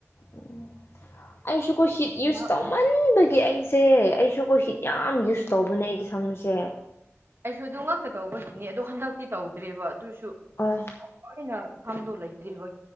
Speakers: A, on the left (about 55°); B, on the right (about 50°).
A: ꯎ ꯑꯩꯁꯨ ꯀꯣ ꯍꯤꯠ ꯌꯨꯁ
B: ꯃꯔꯛ
A: ꯇꯧꯃꯟꯕꯒꯤ ꯑꯩꯁꯦ ꯑꯩꯁꯨ ꯄꯣꯍꯤꯠ ꯌꯥꯝ ꯌꯨꯁ ꯇꯧꯕꯅꯦ ꯑꯩꯒꯤ ꯁꯝꯁꯦ
B: ꯑꯩꯁꯨ ꯑꯗꯨ ꯉꯛꯇ ꯇꯧꯕꯒꯤꯅꯦ ꯑꯗꯣ ꯍꯟꯗꯛꯇꯤ ꯇꯧꯗ꯭ꯔꯦꯕ ꯑꯗꯨꯁꯨ
A: ꯍꯣꯏ
B: ꯂꯣꯏꯅ ꯐꯗꯣ ꯂꯩꯇꯦꯕ